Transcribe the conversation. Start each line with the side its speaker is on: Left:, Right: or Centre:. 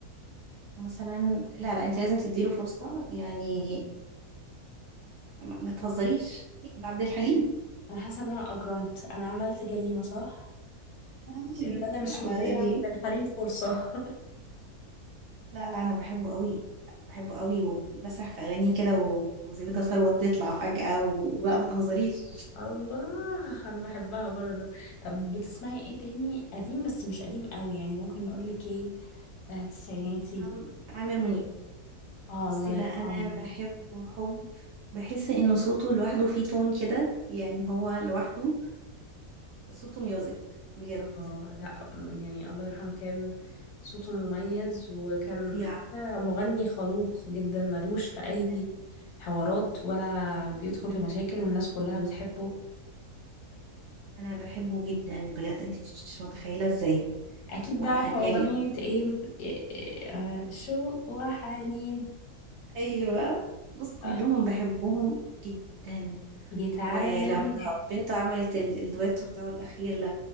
Right: مثلا لا لا انت لازم تديله فرصه يعني ما ما تهزريش ده عبد الحليم
Left: أنا حاسة إن أنا أجرمت أنا عملت جريمة صح؟
Right: <laughs>
Left: إن أنا مش مدية
Right: لا، يعني
Left: عبد الحليم فرصة
Right: لا لا انا بحبه قوي بحبه قوي وبسرح في اغانيه كده و- وزبيدة ثروت تطلع فجأة وبقى ما تهزريش
Left: <laughs> الله أنا بحبها برضه طب بتسمعي إيه تاني قديم بس مش قديم قوي يعني ممكن نقولك إيه آه تسعيناتي
Right: عم- عامر منيب
Left: آه
Right: بصي
Left: الله
Right: ده
Left: يرحمه
Right: انا بحبه حب بحس ان صوته لوحده فيه تون كده يعني هو لوحده صوته ميوزك بجد
Left: اه لا يعني الله يرحمه كان صوته مميز وكان
Right: فظيع
Left: حتى مغني خلوق جدا ملوش في اي
Right: جدا
Left: حوارات ولا بيدخل في مشاكل والناس كلها بتحبه
Right: انا بحبه جدا بجد انت مش متخيله ازاي
Left: اكيد
Right: واغاني
Left: بقى عارفه اغنيه
Right: يعني
Left: ايه آه، شوق وحنين
Right: ايوه بص كلهم
Left: آه،
Right: بحبهم جدا
Left: جيت على
Right: ولما
Left: بالي
Right: بنته عملت ال- الدويتو بتاعه الأخير ل-